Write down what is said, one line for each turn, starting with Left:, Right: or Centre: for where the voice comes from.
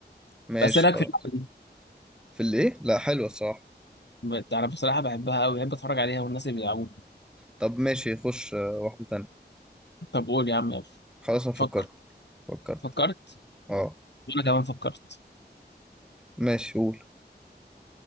Centre: ماشي
Left: بس إيه رأيك
Centre: خلاص
Left: في اللعبة دي؟
Centre: في الايه لا حلوه الصراحه
Left: بت- أنا بصراحة بحبها أوي بحب أتفرج عليها والناس اللي بيلعبوها
Centre: طب ماشي خش آه، واحده تانية
Left: طب قول يا عم يلا
Centre: خلاص انا
Left: فكر
Centre: فكرت فكرت
Left: فكرت
Centre: اه
Left: وأنا كمان فكرت
Centre: ماشي قول